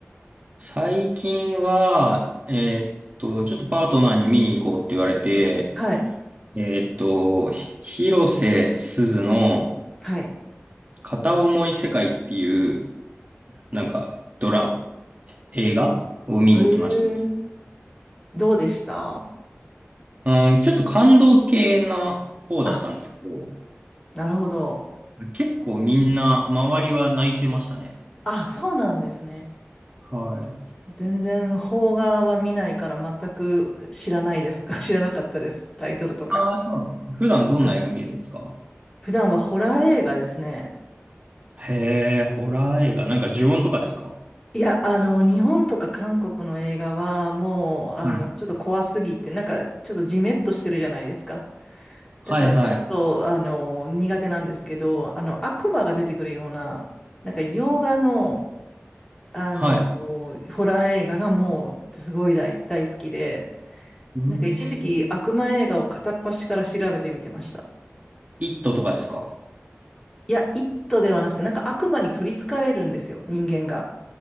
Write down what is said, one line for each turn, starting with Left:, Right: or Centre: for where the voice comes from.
Right: 最近は、えーっと、ちょっとパートナーに見に行こうって言われて、
Left: はい。
Right: えーっと、ひ広瀬すずの
Left: はい。
Right: 片思い世界っていう、なんかドラマ、映画を見に行きまし
Left: えー、どうでした
Right: た。うん、ちょっと感動系な方だったんですけど、
Left: あ、なるほど。
Right: 結構みんな周りは泣いてましたね。
Left: あ、そうなんですね。
Right: はい。
Left: 全然邦画は見ないから全く知らないですか <laughs> 知らなかったです。タイトルとか。
Right: ああ、そうなんです。普段どんな映画見るんですか
Left: はい普段はホラー映画ですね。
Right: へえ、ホラー映画。なんか呪音とかですか
Left: いや、あの、日本とか韓国の映画はもう、あの、
Right: はい。うん
Left: ちょっと怖すぎて、なんか、ちょっとジメッとしてるじゃないですか。
Right: はいはい。
Left: だから、ちょっと、あの、苦手なんですけど、あの、悪魔が出てくるような、なんか、洋画の、あの、
Right: はい。
Left: ホラー映画がもう、すごい大、大好きで、
Right: うーん。
Left: なんか、一時期、悪魔映画を片っ端から調べてみてました。
Right: イットとかですか
Left: いや、イットではなくて、なんか、悪魔に取り憑かれるんですよ、人間が。